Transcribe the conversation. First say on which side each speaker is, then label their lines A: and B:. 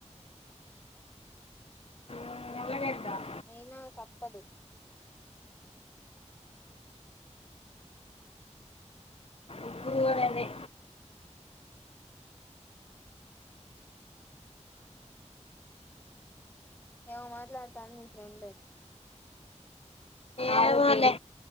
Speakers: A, on the left; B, on the left.
A: ఉమ్, చేద్దాం.
B: అయినా తప్పదు
A: ఇప్పుడు కూడా అదే
B: ఏమో మాట్లాడతాను నీ ఫ్రెండ్
A: ఏమోలే